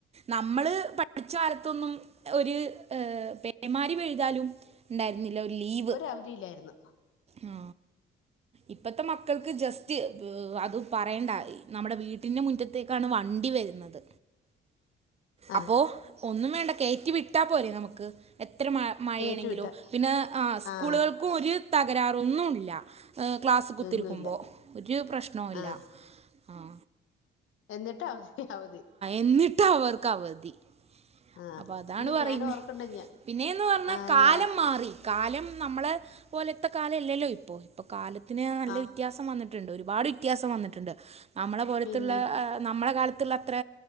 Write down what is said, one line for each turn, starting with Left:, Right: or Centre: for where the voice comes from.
Right: നമ്മള് പഠിച്ച കാലത്തൊന്നും ഒരു ഏ പേമാരി പെയ്താലും ഇണ്ടായിരുന്നില്ല ഒരു ലീവ്
Left: അവധിയിയിലായിരുന്ന്
Right: ആ ഇപ്പത്തെ മക്കൾക്ക് ജസ്റ്റ് അത് പറയണ്ട നമ്മുടെ വീട്ടിന്റെ മുറ്റത്തേക്കാണ് വണ്ടി വരുന്നത്
Left: ആഹ്
Right: അപ്പോ ഒന്നും വേണ്ട കയറ്റി വിട്ടാ പോരെ നമുക്ക് എത്ര മ മഴേണെങ്കിലും
Left: കേറ്റു വിട്ട
Right: പിന്നെ ആ സ്കൂളുകൾക്കും
Left: ആഹ്
Right: ഒരു തകരാറൊന്നുല്ല ക്ലാസ് കുത്തിരിക്കുമ്പോ
Left: ഒന്നുല്ല
Right: ഒരു പ്രശ്നോല്ല
Left: ആഹ്
Right: ആ
Left: എന്നിട്ട് അവസ്ഥ അവധി
Right: എന്നിട്ടും അവർക്ക് അവധി
Left: ആഹ്
Right: അപ്പൊ അതാണ്
Left: ഇത്
Right: പറയുന്നേ
Left: ഞാൻ ഓർക്കണ്ട് ഞ
Right: പിന്നെയന്ന് പറഞ്ഞാ
Left: ആഹ്
Right: കാലം
Left: ഞാൻ
Right: മാറി കാലം നമ്മളെ പോലെത്തെ കാലം അല്ലല്ലോ ഇപ്പോ ഇപ്പ കാലത്തിന് നല്ല
Left: ആഹ്
Right: വ്യത്യാസം വന്നിട്ടുണ്ട് ഒരുപാട് വ്യത്യാസം വന്നിട്ടുണ്ട് നമ്മളെ പോലത്തുള്ള
Left: പിന്നെ
Right: നമ്മളെ കാലത്ത്ള്ള അത്ര